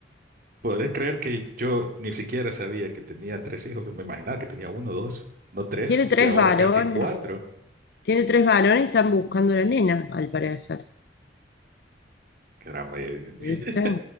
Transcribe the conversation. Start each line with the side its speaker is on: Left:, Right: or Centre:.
Right: podés creer que yo ni siquiera sabía que tenía tres hijos, me imaginaba que tenía uno, dos, no tres,
Left: tiene
Right: y
Left: tres
Right: que ahora
Left: varones.
Right: casi cuatro.
Left: Tiene tres varones y están buscando a la nena, al parecer.
Right: Caramba, eh, <laughs>
Left: ¿Viste?